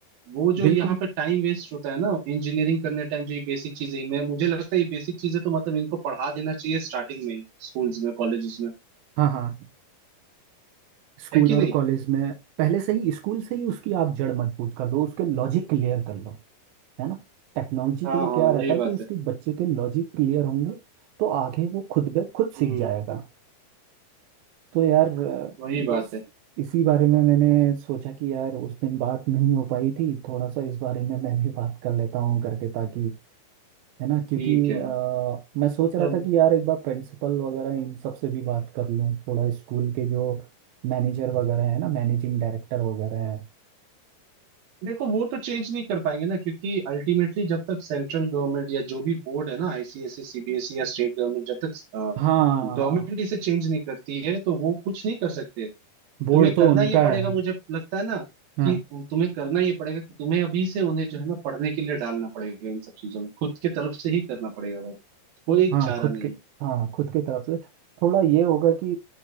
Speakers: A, on the right; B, on the right.
A: वो जो
B: बिल्कुल
A: यहाँ पे टाइम वेस्ट होता है ना इंजीनियरिंग करने टाइम जो ये बेसिक चीजें मैं मुझे लगता है ये बेसिक चीजें तो मतलब इनको पढ़ा देना चाहिए स्टार्टिंग में ही स्कूल्स में कॉलेजेस में
B: हाँ हाँ स्कूल
A: है कि
B: और
A: नहीं
B: कॉलेज में पहले से ही स्कूल से ही उसकी आप जड़ मजबूत कर दो उसके लॉजिक क्लियर कर लो है ना टेक्नोलॉजी
A: हाँ
B: के लिए
A: हाँ
B: क्या रहता
A: वही
B: है
A: बात
B: कि उसके
A: है
B: बच्चे के लॉजिक क्लियर होंगे तो आगे वो खुद ब खुद
A: हम्म
B: सीख जाएगा तो यार अ,
A: वही
B: बस
A: बात है
B: इसी बारे में मैंने सोचा कि यार उस दिन बात नहीं हो पाई थी थोड़ा सा इस बारे में मैं भी बात कर लेता हूँ करके ताकि है ना क्योंकि
A: ठीक है
B: अ, मैं सोच रहा
A: चलो
B: था कि यार एक बार प्रिंसिपल वगैरह इन सब से भी बात कर लूँ थोड़ा स्कूल के जो मैनेजर वगैरह है ना मैनेजिंग डायरेक्टर वगैरह है
A: देखो वो तो चेंज नहीं कर पाएंगे ना क्योंकि अल्टीमेटली जब तक सेंट्रल गवर्नमेंट या जो भी बोर्ड है ना आईसीएसई सीबीएसई या स्टेट गवर्नमेंट जब तक
B: हाँ
A: गवर्नमेंट इसे चेंज नहीं करती है तो वो कुछ नहीं कर सकते
B: बोर्ड
A: तुम्हें
B: तो
A: करना
B: उनका
A: ये पड़ेगा
B: है
A: मुझे लगता है ना
B: हाँ
A: कि तुम्हें करना ये पड़ेगा कि तुम्हें अभी से उन्हें जो है ना पढ़ने के लिए डालना पड़ेगा इन सब चीजों में खुद के तरफ से ही करना पड़ेगा भाई कोई
B: हाँ
A: चारा
B: खुद
A: नहीं
B: के
A: है
B: हाँ खुद की तरफ से थोड़ा ये होगा कि